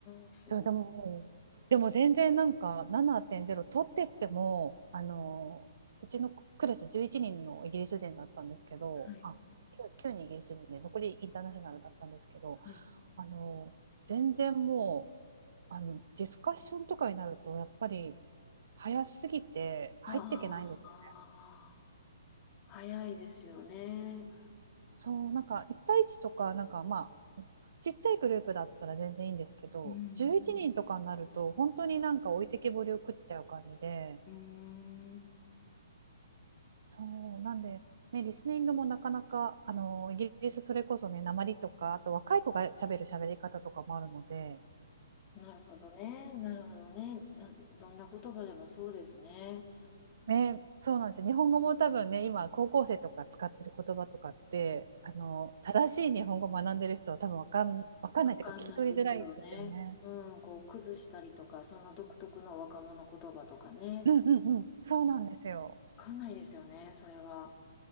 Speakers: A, on the left (about 20°); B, on the right (about 65°).
A: ーん、すごい。
B: そう、でも、でも全然なんか7.0取ってっても、あの、うちのクラス11人のイギリス人だったんですけど、
A: はい。
B: あ、9人イギリス人で残りインターナショナルだったんですけど、
A: はい。
B: あの、全然もう、あの、ディスカッションとかになると、やっぱり早すぎて入っていけないんですよ。
A: ああ、早いですよね。
B: そう、なんか1対1とか、なんかまあ、ちっちゃいグループだったら全然いいんですけど、
A: うん。
B: 11人とかになると、本当になんか置いてけぼりを食っちゃう感じで、
A: うん。
B: そうなんで、ね、リスニングもなかなかあのイギリスそれこそね訛りとかあと若い子が喋る喋り方とかもあるので、
A: なるほどね。なるほどね。な、どんな言葉でもそうですね。
B: ね、そうなんですよ日本語も多分ね今高校生とか使ってる言葉とかってあの正しい日本語を学んでる人は多分わかん、わかんないというか聞き取りづらいですよね。
A: わかんないですよね。うん、こう、崩したりとか、その独特の若者言葉とかね。
B: うんうんうん、そうなんですよ。
A: わかんないですよね、それは。